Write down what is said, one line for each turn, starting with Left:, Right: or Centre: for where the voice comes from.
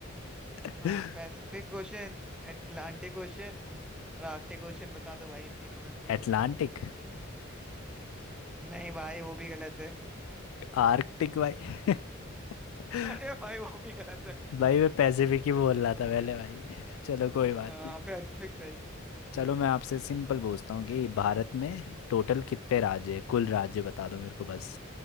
Left: <laughs>
Centre: हाँ पैसिफिक ओशन अटलांटिक ओशन और आर्कटिक ओशन बता दो भाई इन तीनों में से
Left: अटलांटिक
Centre: नहीं भाई वो भी गलत है
Left: आर्कटिक भाई <laughs>
Centre: <laughs> अरे भाई वो भी गलत है
Left: भाई मैं पैसिफिक ही बोल रहा था पहले भाई <laughs> चलो कोई बात
Centre: हाँ
Left: नहीं
Centre: पैसिफिक सही है
Left: चलो मैं आपसे सिंपल पूछता हूँ कि भारत में टोटल कितने राज्य हैं कुल राज्य बता दो मेरे को बस